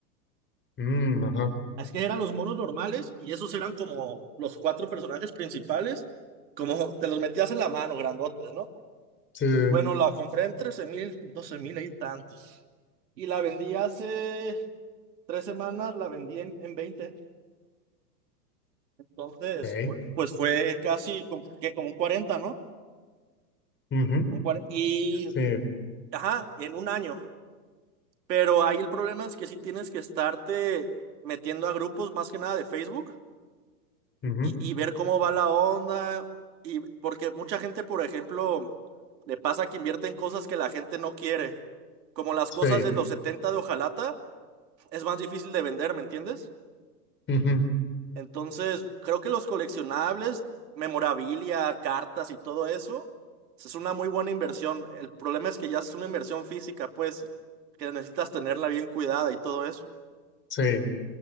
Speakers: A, on the left; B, on the right.
A: Mm, ajá.
B: Es que eran los monos normales y esos eran como los cuatro personajes principales, como te los metías en la mano, grandotes, ¿no?
A: Sí, sí,
B: Bueno,
A: sí.
B: la compré en trece mil, doce mil y tantos. Y la vendí hace tres semanas, la vendí en, en 20. Entonces,
A: Okay.
B: pues, pues fue casi como, que como un 40, ¿no?
A: ujú,
B: Un cuarenta Y,
A: Sí,
B: ajá, en un año. Pero ahí el problema es que sí tienes que estarte metiendo a grupos más que nada de Facebook
A: ujú,
B: y, y ver cómo va la onda. Y porque mucha gente, por ejemplo, le pasa que invierte en cosas que la gente no quiere. Como las
A: sí,
B: cosas de los 70 de Ojalata, es más difícil de vender, ¿me entiendes?
A: ujú,
B: Entonces, creo que los coleccionables, memorabilia, cartas y todo eso, es una muy buena inversión. El problema es que ya es una inversión física, pues, que necesitas tenerla bien cuidada y todo eso.
A: sí,